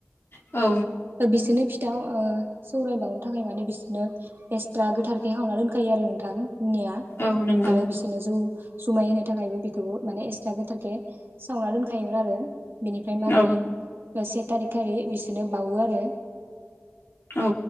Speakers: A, on the left; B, on the right.
A: औ
B: बिसोनो फिथाव ओ सौराय बावनो थाखाय माने बिसनो एसट्रा गोथारखे हावना दोनखायो आरो नोंथां निया
A: औ नंगौ
B: आरो बिस नो जौ जुमाय होनो थाखायबो बेखौबो माने एसट्रा गोथारखे सावना दोनखायोमोन आरो बिनिफ्राय मागोनि
A: औ
B: से थारिखारि बिसोरनो बावो आरो
A: औ